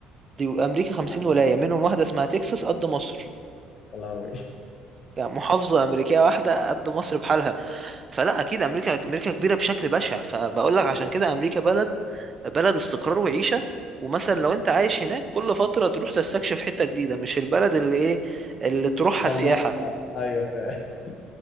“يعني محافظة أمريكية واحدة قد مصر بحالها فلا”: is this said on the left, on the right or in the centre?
Right